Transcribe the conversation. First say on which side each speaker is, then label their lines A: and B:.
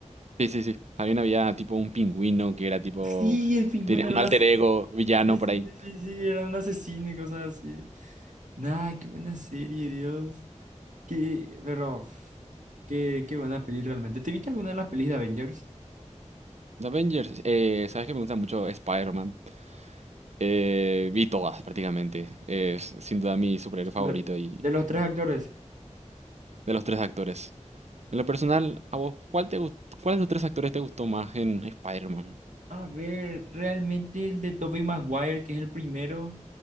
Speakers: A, on the right; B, on the right.
A: Sí, sí, sí. También había tipo un pingüino que era tipo...
B: Sí, el pingüino
A: Tenía
B: era
A: un
B: una...
A: alter
B: as-
A: ego villano
B: Sí, sí,
A: por ahí.
B: sí, sí, sí, era un asesino y cosas así. Nah, qué buena serie, Dios. Qué, pero, qué, qué buena peli realmente. ¿Te viste alguna de las pelis de Avengers?
A: The Avengers, eh, sabes que me gusta mucho Spider-Man. Eh, vi todas prácticamente. Es sin duda mi superhéroe favorito
B: Ve-
A: y
B: De los tres actores.
A: de los tres actores. En lo personal, ¿a vos cuál te gust- cuál de los tres actores te gustó más en Spider-Man?
B: A ver, realmente el de Tobey Maguire, que es el primero,